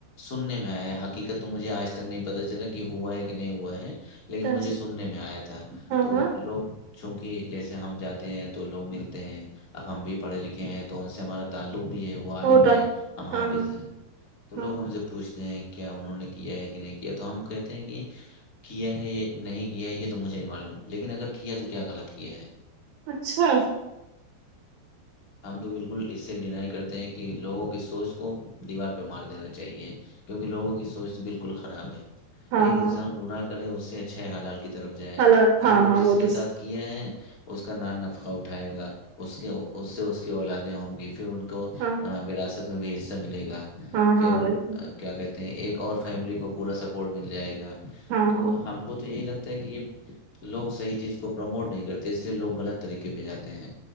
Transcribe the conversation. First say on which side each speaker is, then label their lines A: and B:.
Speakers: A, on the left (about 45°); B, on the right (about 75°).
A: سننے میں آیا حقیقت تو مجھے آج تک نہیں پتا چلا کہ ہوا ہے کہ نہیں ہوا ہے لیکن
B: اچھا
A: مجھے
B: اچھا
A: سننے میں آیا تھا
B: ہاں
A: تو
B: ہاں
A: لوگ چونکہ جیسے ہم جاتے ہیں تو لوگ ملتے ہیں اب ہم بھی پڑھے لکھ ہیں ان سے ہمارا تعلق بھی ہے وہ عال
B: ہوتا
A: ہے ہم حافظ
B: ہاں ہاں
A: ہیں تو لوگ
B: ہاں
A: ہم سے پوچھتے ہیں کیا انہوں نے کیا ہے کہ نہیں کیا تو ہم کہتے ہیں کہ کیا ہے یہ نہیں کیا یہ تو مجھے معلوم لیکن اگر کیا تو کیا غلط کیا ہے
B: اچھا
A: ہم تو بالکل اس سے ڈینائی کرتے ہیں کہ لوگوں کی سوچ کو دیوار پہ مار دینا چاہیے کیونکہ لوگوں کی سوچ بالکل خراب ہے
B: ہاں
A: ایک
B: ہاں
A: انسان گنااہ ے اس سے اچھا حال طرف جائے
B: ہل
A: پھر
B: ہاں
A: وہ
B: ہاں
A: جس کے
B: تو
A: ساتھ کیا ہے اس کا نام نفقہ اٹھائے گا اس کے <unintelligible> کو
B: ہاں
A: ووراثت بھی حصہ ملےا
B: ہاں
A: پھر
B: ہاں بالکل
A: کیا کہتے ایک اور فیملی کو پورا سپورٹ مل جائے گا
B: ہاں
A: تو
B: ہاں
A: ہم کو تو یہی لگتا کہ یہ لوگ صحیح چیز کو پرموٹ نہیں کرتے اس لیے لوگ غلط طریقے پہ جاتے ہیں